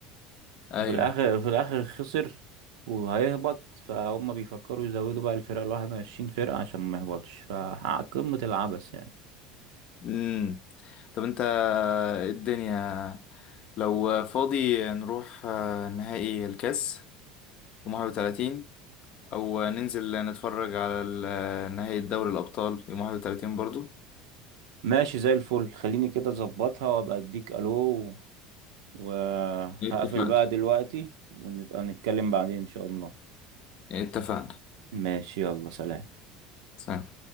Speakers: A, on the left; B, on the right.
A: أيوه
B: وفي الاخر في الاخر خسر وهيهبط فهم بيفكروا يزودوا بقى الفرقة الواحد وعشرين فرقة عشان ما يهبطش فقمة العبث يعني
A: امم طب أنت إيه الدنيا لو فاضي نروح آه، نهائي الكاس في 31 او ننزل نتفرج على ال- نهائي دوري الابطال يوم 31 برضو
B: ماشي زي الفل خليني كده اظبطها وابقى اديك الو و- وهقفل
A: اتفقنا
B: بقى دلوقتي ونبقى نتكلم بعدين ان شاء الله
A: اتفقنا
B: ماشي يلا سلام
A: سلام